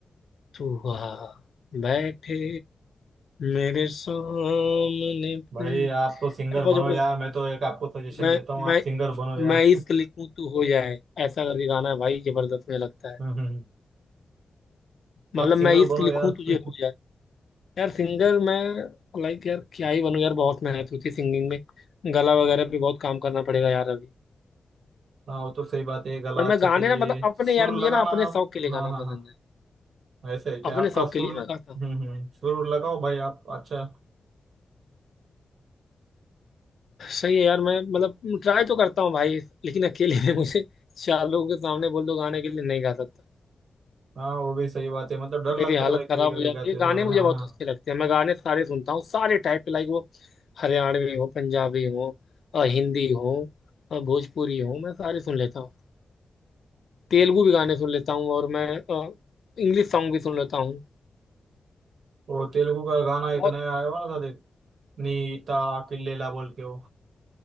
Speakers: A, on the left; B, on the right.
A: तू आ बैठे मेरे सामने पे
B: भाई
A: यार
B: आप तो सिंगर
A: बहुत
B: बनो
A: जबरदस्त
B: यार मैं तो एक आपको सजेशन
A: मैं
B: देता हूँ
A: मैं
B: आप सिंगर बनो यार
A: मैं इश्क लिखूं तू हो जाए ऐसा करके गाना है भाई जबरदस्त मुझे लगता है
B: हम्म हम्म।
A: मतलब
B: आप सिंगर
A: मैं इश्क
B: बनो
A: लिखूं
B: यार
A: तुझे हो जाए यार सिंगर मैं लाइक यार क्या ही बनूं यार बहुत मेहनत होती है सिंगिंग में गला वगैरह पे बहुत काम करना पड़ेगा यार अभी
B: हाँ वो तो सही बात है गला
A: पर मैं
B: अच्छा
A: गाने
B: चाहिए
A: ना मतलब अपने
B: सुर
A: यार मुझे
B: लगाना
A: ना अपने
B: आप
A: शौक के लिए गाना
B: हाँ हाँ
A: पसंद
B: हाँ
A: है
B: ऐसे है क्या
A: अपने
B: आपका
A: शौक
B: सुर
A: के लिए
B: हम्म
A: मैं गाता हूँ
B: हम्म सुर लगाओ भाई आप अच्छा
A: सही है यार मैं मतलब ट्राई तो करता हूँ भाई लेकिन अकेले में मुझे चार लोगों के सामने बोल दो गाने के लिए नहीं गा सकता
B: हाँ वो भी सही बात है मतलब डर
A: मेरी
B: लगता
A: हालत
B: है भाई कभी
A: खराब
B: कभी
A: हो जाती
B: गाते
A: है गाने
B: समय
A: मुझे
B: हाँ
A: बहुत
B: हाँ
A: अच्छे लगते हैं मैं गाने सारे सुनता हूँ सारे टाइप के लाइक वो हरियाणवी हो पंजाबी हो अ, हिंदी हो अ, भोजपुरी हो मैं सारे सुन लेता हूँ तेलुगु भी गाने सुन लेता हूँ और मैं इंग्लिश सॉन्ग भी सुन लेता हूँ
B: वो तेलुगु का गाना एक
A: बहुत
B: नया आया हुआ ना था देख नीता किल्लेला बोल के वो